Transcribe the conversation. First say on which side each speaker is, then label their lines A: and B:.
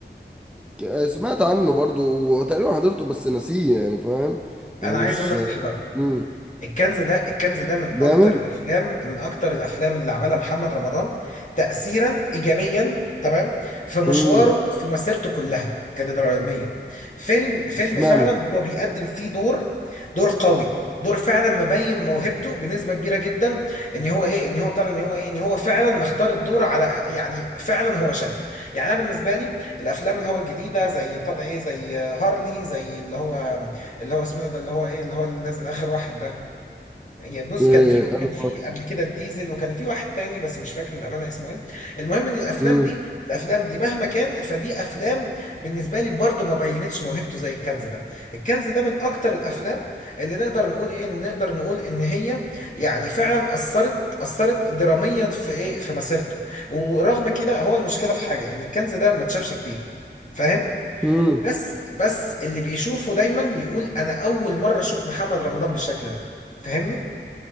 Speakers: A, in the centre; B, on the left.
A: ك- سمعت عنه برضو وتقريبا حضرته بس نسيه يعني فاهم يعني
B: انا
A: مش
B: عايز اقول لك تحضره
A: امم
B: الكنز ده الكنز ده من
A: جامد
B: اكتر الافلام من اكتر الافلام اللي عملها محمد رمضان تاثيرا ايجابيا تمام في مشواره
A: امم
B: في مسيرته كلها كدراميا فيلم فيلم
A: اشمعنى
B: فعلا هو بيقدم فيه دور دور قوي دور فعلا مبين موهبته بنسبه كبيره جدا ان هو ايه ان هو بتاع ده، ان هو ايه ان هو فعلا مختار الدور على يعني فعلا هو شايفه يعني انا بالنسبه لي الافلام اللي هو الجديده زي بتاع ده ايه زي هارلي زي اللي هو اللي هو اسمه ده اللي هو ايه اللي هو اللي نازل اخر واحد ده يعني بص
A: ايه
B: كان في
A: انا
B: كان في قبل كده الديزل وكان في واحد تاني بس مش فاكر الامانه اسمه ايه المهم ان الافلام
A: امم
B: دي الافلام دي مهما كان فدي افلام بالنسبه لي برضه ما بينتش موهبته زي الكنز ده الكنز ده من اكتر الافلام اللي نقدر نقول ايه إن نقدر نقول ان هي يعني فعلا اثرت اثرت دراميا في ايه في مسيرته ورغم كده هو المشكله في حاجه ان الكنز ده ما اتشافش كتير فاهم
A: امم.
B: بس بس اللي بيشوفه دايما يقول انا اول مره اشوف محمد رمضان بالشكل ده فاهمني